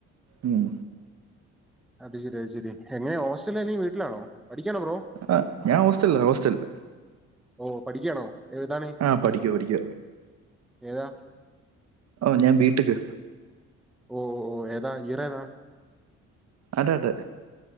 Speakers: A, on the right; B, in the centre.
A: ഉം
B: അത് ശരി അത് ശരി എങ്ങനെ ഹോസ്റ്റലിൽ ആണോ വീട്ടിലാണോ പഠിക്കാണോ ബ്രോ
A: ആ ഞാൻ ഹോസ്റ്റല് ഹോസ്റ്റലല്
B: ഓഹ് പഠിക്കാണോ ഏതാണ്?
A: ആ പഠിക്കുക പഠിക്കുക
B: ഏതാ
A: ഓ ഞാൻ ബി ടെക്
B: ഓ ഓ ഓ ഏതാ ഇയറേതാ
A: അതെ അതെ